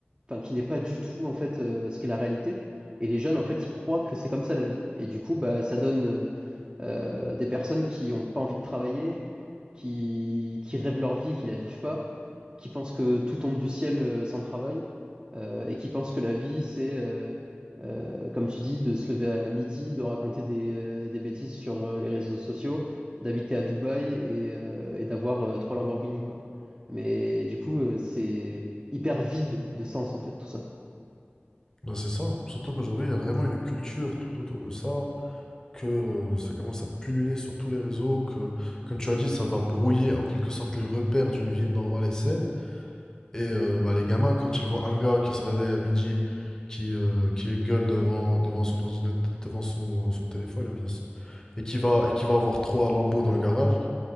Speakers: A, on the right; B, on the left.
A: enfin, qui n'est pas du tout en fait euh, ce qu'est la réalité. Et les jeunes, en fait, ils croient que c'est comme ça la vie. Et du coup, bah, ça donne, euh, euh, des personnes qui n'ont pas envie de travailler, qui, qui rêvent leur vie et qui la vivent pas, qui pensent que tout tombe du ciel euh, sans travail, euh, et qui pensent que la vie, c'est, euh, euh, comme tu dis, de se lever à midi, de raconter des, euh, des bêtises sur euh, les réseaux sociaux, d'habiter à Dubaï et, euh, et d'avoir euh, trois Lamborghini, quoi. Mais du coup, euh, c'est hyper vide de sens, en fait, tout ça.
B: Ben, c'est ça. hein. Surtout qu'aujourd'hui, il y a vraiment une culture tout autour de ça, que euh, ça commence à pulluler sur tous les réseaux, que, comme tu as dit, ça va brouiller en quelque sorte les repères d'une vie normale et saine. Et euh, bah, les gamins, quand ils voient un gars qui se réveille à midi, qui, euh, qui gueule devant, devant son ordinateur, devant son, son téléphone, ou bien son- et qui va, et qui va avoir trois lambeaux dans le garage,